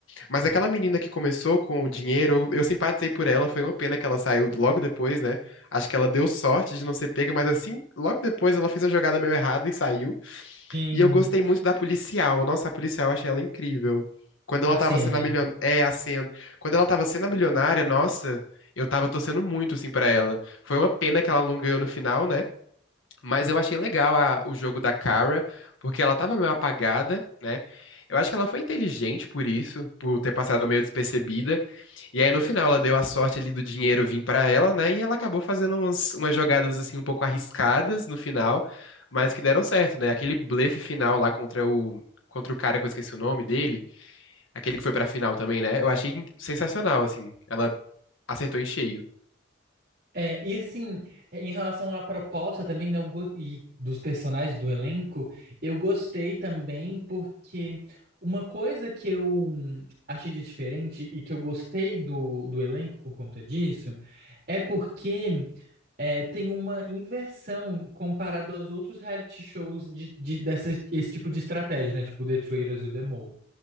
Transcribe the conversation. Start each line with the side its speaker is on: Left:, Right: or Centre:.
Left: Mas aquela menina que começou com o dinheiro, eu, eu simpatizei por ela, foi uma pena que ela saiu logo depois, né? Acho que ela deu sorte de não ser pega, mas assim, logo depois ela fez a jogada meio errada e saiu.
Right: Sim,
Left: E eu gostei muito da policial. Nossa, a policial, eu achei ela incrível. Quando ela
Right: a
Left: tava
Right: Sam,
Left: sendo
Right: né?
Left: a milionária, é, a Sen. Quando ela tava sendo a milionária, nossa, eu tava torcendo muito, assim, pra ela. Foi uma pena que ela não ganhou no final, né? Mas eu achei legal a- o jogo da Kara, porque ela tava meio apagada, né? Eu acho que ela foi inteligente por isso, por ter passado meio despercebida. E aí no final ela deu a sorte ali do dinheiro vir pra ela, né? E ela acabou fazendo umas, umas jogadas assim um pouco arriscadas no final, mas que deram certo, né? Aquele blefe final lá contra o contra o cara que eu esqueci o nome dele, aquele que foi pra final também, né? Eu achei sensacional assim. Ela acertou em cheio.
Right: É, e assim, é, em relação à proposta também, né, eu go- e dos personagens do elenco, eu gostei também porque uma coisa que eu hum, achei de diferente e que eu gostei do, do elenco por conta disso é porque é, tem uma inversão comparado aos outros reality shows de, de, dessa, esse tipo de estratégia, né? Tipo The Traitors e o The Mole.